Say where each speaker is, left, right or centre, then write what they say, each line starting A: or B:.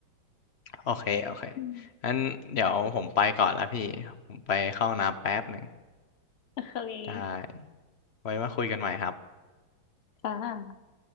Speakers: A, on the left; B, on the left.
A: โอเค โอเค
B: อืม
A: งั้นเดี๋ยวผมไปก่อนละพี่ ผมไปเข้าห้องน้ำแป๊บหนึ่ง
B: โอเค
A: ได้ ไว้มาคุยกันใหม่ครับ
B: ค่ะ